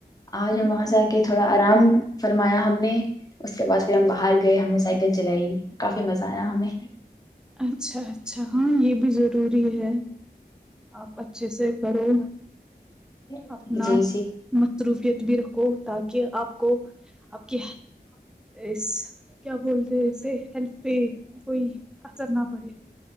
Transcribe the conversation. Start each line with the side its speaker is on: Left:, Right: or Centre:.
Left: آج ہم وہاں سے آ کے تھوڑا آرام فرمایا ہم نے اس کے بعد پھر ہم باہر گئے ہمیں سائیکل چلائی کافی مزہ آیا ہمیں
Centre: اچھا اچھا ہاں یہ بھی ضروری ہے آپ اچھے سے کرو
Left: جی
Centre: اپنا
Left: جی
Centre: متروف ت بھی رکھو تاکہ آپ کو اب کیا اس کیا بولتے اسے ہیلتھ پہ کوئی اثر نہ پڑے